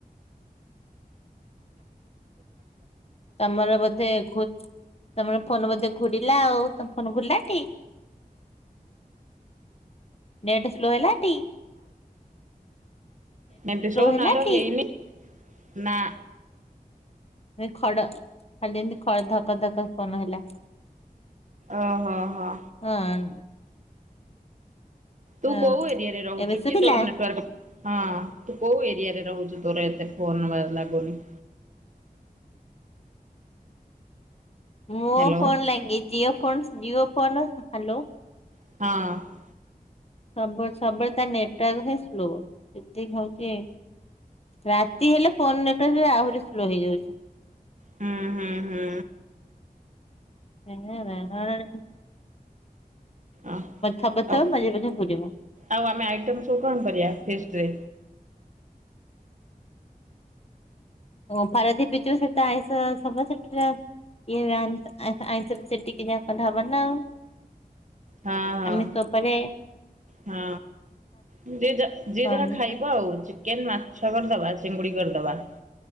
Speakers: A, on the left; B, on the right.
A: ତମର ବୋଧେ ଖୁ ତମର ଫୋନ ବୋଧେ ଘୁରିଲା ଆଉ, ତମ ଫୋନ ଘୁରିଲାଟି? ନେଟ ସ୍ଲୋ ହେଲାଟି?
B: ନେଟ ସ୍ଲୋ
A: ହେଲା
B: ନାଇତ
A: ଟି
B: ହେଇନି, ନା।
A: ଖଡ, ଖାଲି ଏମିତି ଖ ଧକ ଧକ ଫୋନ ହେଲା। <inaudible>
B: ଓ ହ ହ।
A: ହଁ।
B: ତୁ
A: ହଁ
B: କୋଉ ଏରିଆରେ ରହୁଛୁ
A: ଏବେ ଶୁଭିଲା?
B: କି, ତୋର ନେଟୱାର୍କ୍ ହଁ, ତୁ କୋଉ ଏରିଆରେ ରହୁଛୁ ତୋର ଏତେ ଫୋନ ଲାଗୁନି।
A: ମୋ
B: ହ୍ୟାଲୋ
A: ଫୋନ୍ ଲାଗେ, Jio phone Jio phone, hello.
B: ହଁ।
A: ସବୁ ସବୁବେଳେ ତା ନେଟୱାର୍କ ହିଁ ସ୍ଲୋ, ସେତିକି ହଉଛି। ରାତି ହେଲେ ଫୋନ ନେଟୱାର୍କ ଆହୁରି ସ୍ଲୋ ହେଇଯାଉଛି।
B: ହୁଁ ହୁଁ ହୁଁ।
A: <unintelligible> ଥବଥବ
B: ଅ
A: ମଝିରେ
B: ଆଉ
A: ମଝିରେ ଘୁରିବ।
B: ଆଉ ଆମେ ଆଇଟମ ସବୁ କଣ କରିବା, ଫିଷ୍ଟରେ।
A: ଓ ପାରଦିପ ପିଜ ସେ ତ ଆଇଁଷ ସବ ସେଠ ଏ ଆଟି ଯ କଢବ ନା <unintelligible>
B: ହଁ ହଁ
A: ଆମେ <unintelligible>
B: ହଁ, ଯିଏ ଯାହା ଯିଏ
A: କଣ
B: ଯାହା ଖାଇବ ଆଉ। ଚିକେନ୍, ମାଛ କରିଦବା, ଚିଙ୍ଗୁଡ଼ି କରିଦବା।